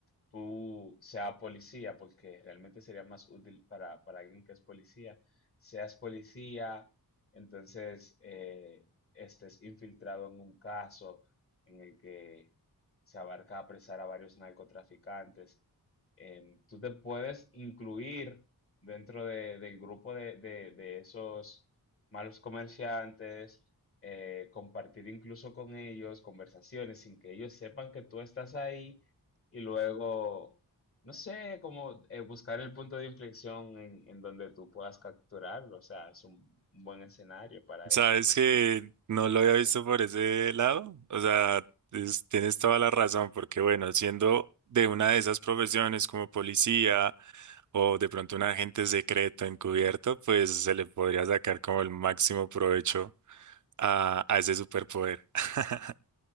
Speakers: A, on the left (about 35°); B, on the right (about 50°).
A: tú sea policía, porque realmente sería más útil para, para alguien que es policía, seas policía, entonces eh, estés infiltrado en un caso en el que se abarca apresar a varios narcotraficantes. Em, tú te puedes incluir dentro de- del grupo de, de- de esos malos comerciantes, eh, compartir incluso con ellos conversaciones sin que ellos sepan que tú estás ahí y luego, no sé, como eh, buscar el punto de inflexión en, en donde tú puedas capturarlo. O sea, es un un buen escenario para
B: sabes
A: eso.
B: que no lo había visto por ese lado, o sea, es- tienes toda la razón, porque bueno, siendo de una de esas profesiones como policía, o de pronto un agente secreto encubierto, pues se le podría sacar como el máximo provecho a, a ese superpoder. <laughs>